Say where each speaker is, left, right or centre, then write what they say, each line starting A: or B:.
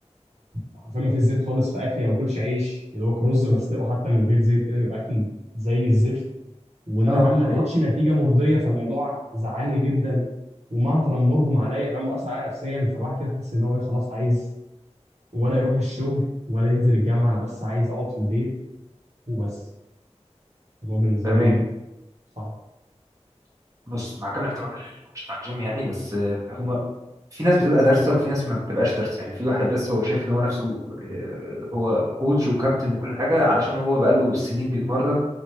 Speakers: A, on the right; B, on the right.
A: حرفيا ما فيش زيت خالص في اكلي او باكلش عيش يا دوبك رز بسلقه حتى من غير زيت كده بيبقى اكل زي الزفت وان
B: اه
A: انا كمان ما لقيتش
B: اه
A: نتيجه مرضيه فالموضوع زعلني جدا ومع تنمرهم عليا كمان مأثر عليا نفسيا فالواحد كده حاسس ان هو ايه خلاص عايز ولا يروح الشغل ولا ينزل الجامعه انا بس عايز اقعد في البيت وبس الموضوع بالنسبه
B: تمام
A: لي صعب
B: بص مع كامل احترامي للكوتش بتاع الجيم يعني بس آه، هو في ناس بتبقى دارسه وفي ناس ما بتبقاش دارسه يعني في واحد بس هو شايف ان هو نفسه آه، هو كوتش وكابتن وكل حاجه علشان هو بقاله سنين بيتمرن